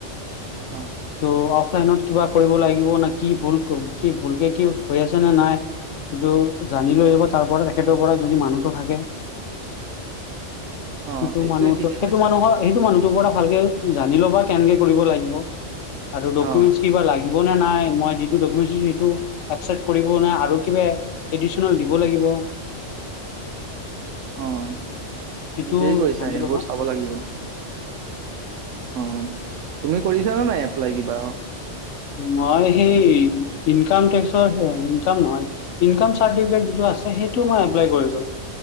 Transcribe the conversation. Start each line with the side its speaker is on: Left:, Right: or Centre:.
Right: অ
Left: ত' অফ লাইনত কিবা কৰিব লাগিব নে কি ভুল কি ভুলকে কি হৈ আছে নে নাই। কিন্তু জানি লৈ যাব তাৰপৰা তেখেতৰ পৰা যদি মানুহটো থাকে।
Right: <inaudible> অ
Left: সেইটো
Right: সেইটোয়ে
Left: মানুহতো
Right: ঠিকেই
Left: সেইটো
Right: কৈছা
Left: মানুহৰ সেইটো মানুহটোৰ পৰা ভালকে জানি ল'বা কেনকে কৰিব লাগিব আৰু ডকুমেণ্টছ
Right: অ
Left: কিবা লাগিব নে নাই মই যিটো ডকুমেণ্ট দিছোঁ, সেইটো একচেপট কৰিব নাই আৰু কিব এডিচনেল দিব লাগিব। টোৰ
Right: <inaudible> অ' ঠিকেই
Left: সেইটো
Right: কৈছা
Left: জানি
Right: হেইবোৰ
Left: ল'বা
Right: চাব লাগিব। অ' তুমি কৰিছানে নাই এপ্লাই কিবা?
Left: মই সেই ইনকাম টেক্সৰ হ ইনকাম নহয় ইনকাম চাৰটিফিকেট যিটো আছে সেইটো মই এপ্লাই কৰিলোঁ।